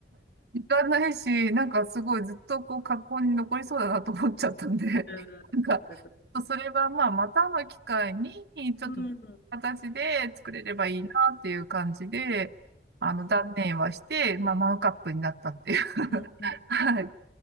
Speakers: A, on the right (about 70°); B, on the left (about 55°).
A: 行かないし、なんかすごいずっとこう格好に残りそうだなと思っちゃったんで、
B: うんそっかそっか。
A: <laughs> なんか、ちょっとそれはまあまたの機会に、ちょっと形で作れればいいなっていう感じで、
B: うんうん
A: あの、
B: ね
A: 断念はして、まあマグカップになったっていう。
B: うんうん
A: <laughs> はい。